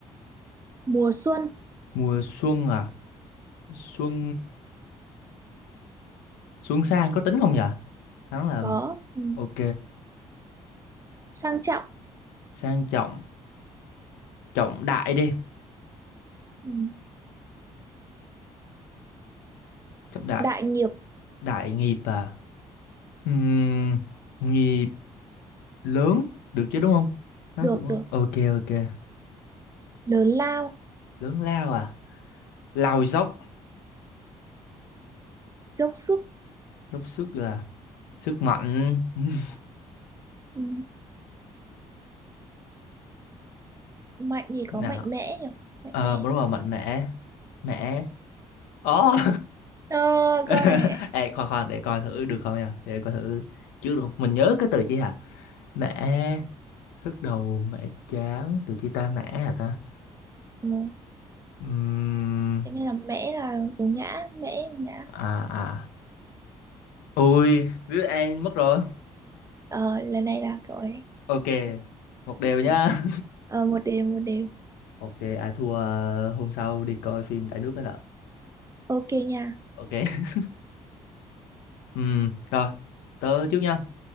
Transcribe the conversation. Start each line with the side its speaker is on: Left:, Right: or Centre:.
Right: mùa xuân,
Left: mùa xuân à xuân xuân sang có tính không nhỉ hắn là
Right: có, ừ,
Left: ok
Right: sang trọng,
Left: sang trọng trọng đại đi
Right: ừ,
Left: trọng đại
Right: đại nghiệp,
Left: đại nghiệp à Ừm, nghiệp lớn được chứ đúng không nó
Right: được,
Left: cũng
Right: được,
Left: ok ok
Right: lớn lao
Left: lớn lao à lao dốc
Right: dốc sức
Left: dốc sức là sức mạnh <laughs>
Right: ừ, mạnh thì có
Left: nào
Right: mạnh mẽ nhỉ mạnh
Left: ờ
Right: mẽ
Left: đúng rồi mạnh mẽ mẽ ồ
Right: ờ,
Left: <laughs>
Right: câu này
Left: Ê, khoan khoan để coi thử được không nha để coi thử chứ được không? mình nhớ cái từ chi hả mẹ sức đầu mẹ chán từ chi ta mẹ hả ta
Right: ừ,
Left: Ừm,
Right: cái này là mẽ là số ngã mẽ là ngã
Left: à à ui đứa An mất rồi
Right: ờ, lần này là cậu ấy
Left: ok một đều nhá
Right: ok ờ, một đều một đều
Left: <laughs> ok à thua ờ, hôm sau đi coi phim Đại Nước nữa nè
Right: ok nha
Left: ok <laughs> Ừm, rồi tớ trước nha